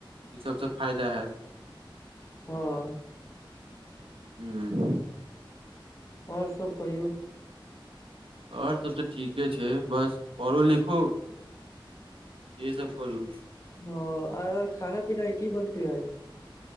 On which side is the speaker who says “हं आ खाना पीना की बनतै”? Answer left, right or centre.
Left